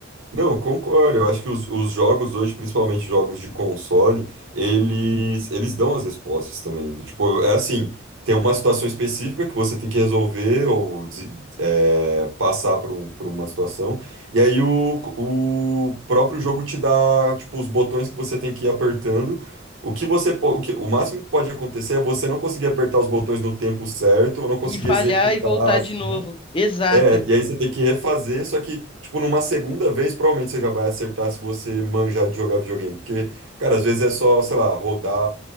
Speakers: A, on the right; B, on the left.
A: Não, eu concordo. Eu acho que os, os jogos hoje, principalmente jogos de console, eles, eles dão as respostas também. do tipo, é assim, tem uma situação específica que você tem que resolver ou des- é, passar por, um- por uma situação. E aí o, o próprio jogo te dá, tipo, os botões que você tem que ir apertando. O que você, po- o que, o máximo que pode acontecer é você não conseguir apertar os botões no tempo certo ou não conseguir
B: E falhar
A: executar
B: e voltar
A: a ação.
B: de novo. Exato.
A: É, e aí você tem que refazer, só que, tipo, numa segunda vez, provavelmente você já vai acertar se você manjar de jogar videogame. Porque, cara, às vezes é só, sei lá, rodar,